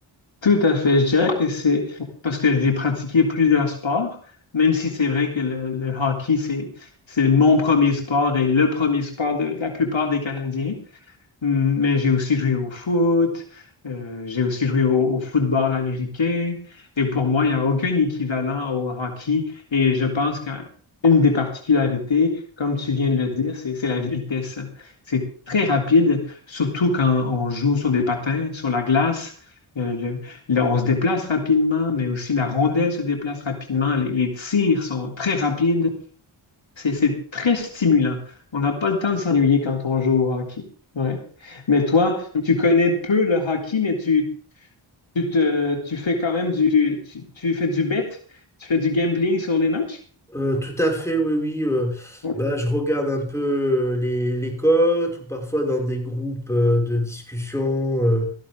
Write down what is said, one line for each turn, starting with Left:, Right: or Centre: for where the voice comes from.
Left: Tout à fait. Je dirais que c'est parce que j'ai pratiqué plusieurs sports, même si c'est vrai que le, le hockey, c'est, c'est mon premier sport et le premier sport de, de la plupart des Canadiens. Hum, Mais j'ai aussi joué au foot, euh, j'ai aussi joué au, au football américain. Et pour moi, il n'y a aucun équivalent au hockey. Et je pense qu'une des particularités, comme tu viens de le dire, c'est, c'est la vitesse. C'est très rapide, surtout quand on joue sur des patins, sur la glace. Euh, le- le- on se déplace rapidement, mais aussi la rondelle se déplace rapidement. Les, les tirs sont très rapides. C'est, c'est très stimulant. On n'a pas le temps de s'ennuyer quand on joue au hockey. Ouais. Mais toi, tu connais peu le hockey, mais tu, tu te, tu fais quand même du, tu, tu fais du bet, tu fais du gambling sur les matchs?
Centre: Euh, tout à fait, oui, oui. euh,
Left: Oui.
Centre: bah, je regarde un peu euh, les, les cotes ou parfois dans des groupes euh, de discussion. euh,